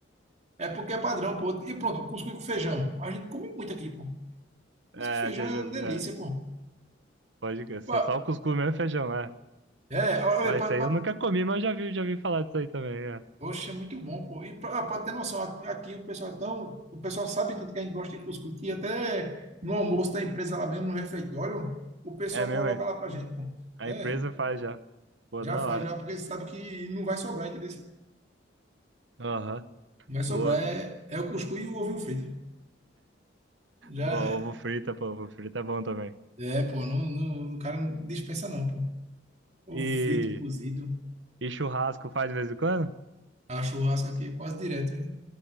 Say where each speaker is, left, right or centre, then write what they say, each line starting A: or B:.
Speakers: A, on the right; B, on the right.
A: É porque é padrão, pô. E pronto, cuscuz com feijão. A gente come muito aqui, pô.
B: É,
A: Música de feijão
B: já, já,
A: é uma delícia,
B: é,
A: pô.
B: pode crer. Só,
A: Pa-
B: só o cuscuz mesmo e feijão, é.
A: É, olha,
B: Ó, isso
A: pra,
B: aí
A: pra,
B: eu nunca comi, mas já vi, já vi falar disso aí também, é.
A: oxe, é muito bom, pô. E pra, ah, pra ter noção, a- aqui o pessoal é tão, o pessoal sabe tanto que a gente gosta de cuscuz, que até no almoço da empresa lá mesmo, no refeitório, o pessoal
B: É mesmo,
A: coloca
B: é.
A: lá pra gente, pô.
B: A
A: É,
B: empresa faz já. Pô,
A: já
B: da
A: faz,
B: hora.
A: já, porque sabe que não vai sobrar, entendeu?
B: Aham,
A: Não vai sobrar,
B: boa.
A: é, é o cuscuz e o ovinho frito. Já
B: Boa,
A: é,
B: ovo frita, pô, ovo frita é bom também.
A: é, pô, não, não, o cara não dispensa não, pô. Ovo
B: E,
A: frito, cozido,
B: e churrasco faz de vez em quando?
A: a churrasco aqui é quase direto, né?